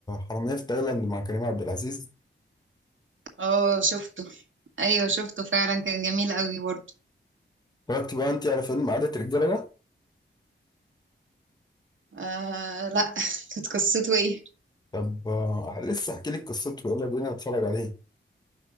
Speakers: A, on the left; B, on the right.
A: حرامية في تايلاند مع كريم عبد العزيز
B: اه شفته ايوه شفته فعلا كان جميل قوي برضو
A: اتفرجتي بقى انت على فيلم قعدة رجالة ده؟
B: آه لا <laughs> كانت قصته ايه
A: طب آه، لسه احكي لك قصته يلا بينا نتفرج عليه